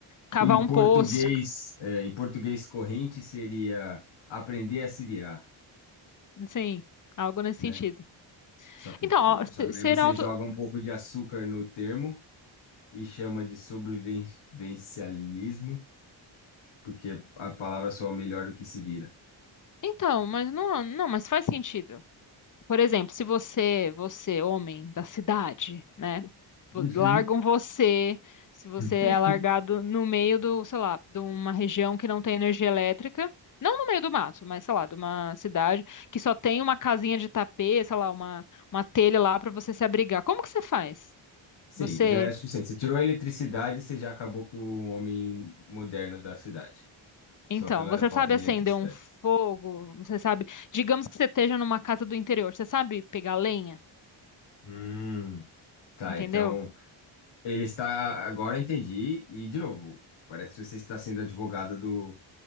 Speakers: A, on the left (about 40°); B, on the left (about 75°).
A: Cavar
B: Em
A: um
B: português,
A: poço,
B: é, em português corrente seria aprender a se virar.
A: assim, algo nesse
B: né?
A: sentido.
B: Só que,
A: Então, ó, se-
B: só que daí
A: ser
B: você
A: auto...
B: joga um pouco de açúcar no termo e chama de sobrevivencialismo, porque a palavra soa melhor do que se vira.
A: Então, mas não, não, mas faz sentido. Por exemplo, se você, você, homem da cidade, né?
B: Uhum.
A: vo- Largam você, se você
B: <laughs>
A: é largado no meio do, sei lá, de uma região que não tem energia elétrica, não no meio do mato, mas sei lá, de uma cidade que só tem uma casinha de tapete, sei lá, uma, uma telha lá para você se abrigar. Como que você faz?
B: Sim,
A: Você,
B: já é suficiente. Você tirou a eletricidade, você já acabou com o homem moderno da cidade,
A: então,
B: só pela
A: você
B: falta
A: sabe
B: de
A: acender
B: eletricidade.
A: um fogo, você sabe, digamos que você esteja numa casa do interior, você sabe pegar lenha,
B: Hum. Tá,
A: entendeu?
B: então ele está. Agora entendi, e de novo, parece que você está sendo advogada do,